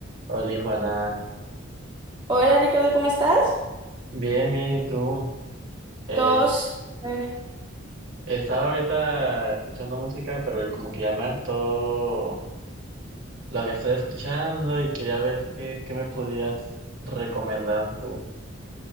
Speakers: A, on the right; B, on the right.
A: Hola, Juana.
B: Hola Ricardo, ¿cómo estás?
A: Bien, bien, ¿y tú? Eh,
B: Todos. A ver,
A: estaba ahorita escuchando música, pero como que llamar todo lo que estoy escuchando y quería ver qué, qué me podías recomendar tú.